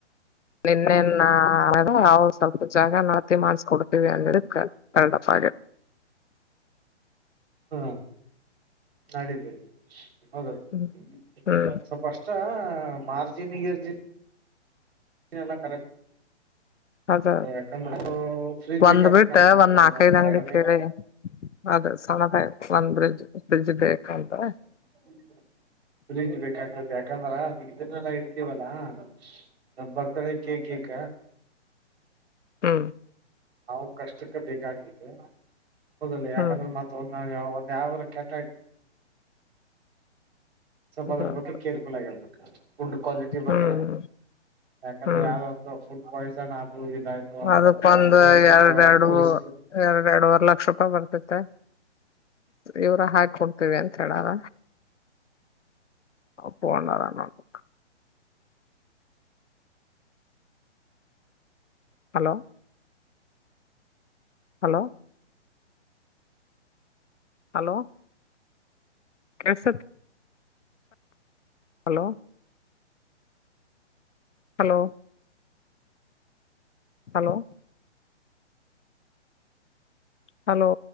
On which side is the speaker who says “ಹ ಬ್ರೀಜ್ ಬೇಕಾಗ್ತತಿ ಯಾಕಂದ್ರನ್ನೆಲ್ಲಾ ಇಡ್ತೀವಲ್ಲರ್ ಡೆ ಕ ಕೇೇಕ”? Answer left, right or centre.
Right